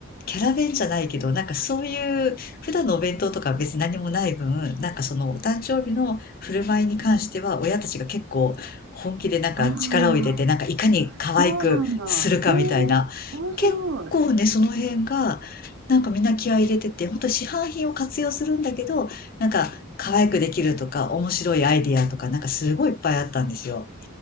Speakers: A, on the left; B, on the right.
A: キャラ弁じゃないけど、なんかそういう普段のお弁当とかは別に何もない分、なんかそのお誕生日の振る舞いに関しては親たちが結構本気でなんか力を入れて、
B: ああ、
A: なんかいかに可愛くするかみたいな。
B: そうなんだ。ええ面白い。
A: 結構ね、その辺が、なんかみんな気合い入れてて、本当市販品を活用するんだけど、なんか可愛くできるとか面白いアイディアとかなんかすごいいっぱいあったんですよ。